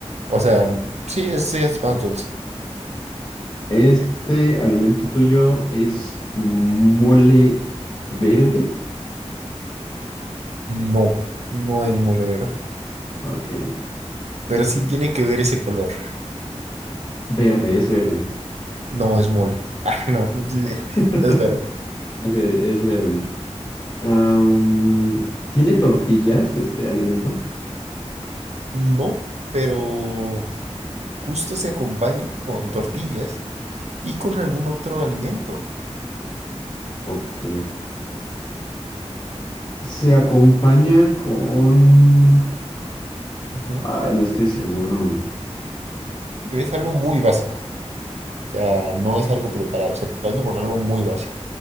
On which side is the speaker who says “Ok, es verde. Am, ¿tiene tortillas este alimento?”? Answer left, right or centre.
Left